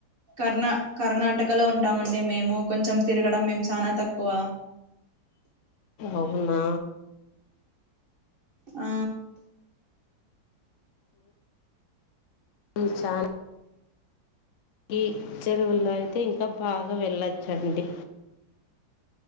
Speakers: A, on the right (about 30°); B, on the left (about 60°).
A: కర్ణ కర్ణాటకలో ఉంటామండి మేము కొంచెం తిరగడం మేము చానా తక్కువ
B: అవునా
A: ఆ
B: ఇ చానా ఈ చెరువుల్లో అయితే ఇంకా బాగా వెళ్ళచ్చండి